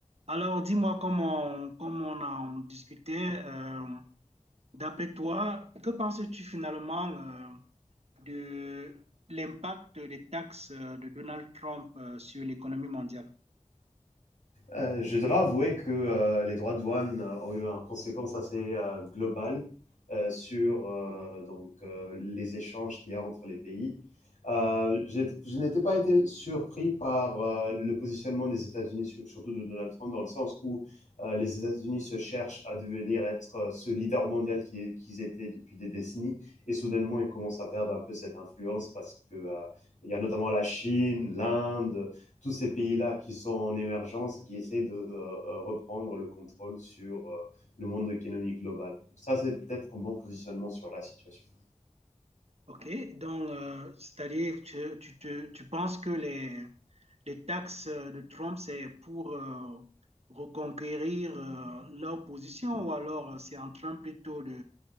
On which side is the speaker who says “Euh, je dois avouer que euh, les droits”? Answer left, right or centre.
Left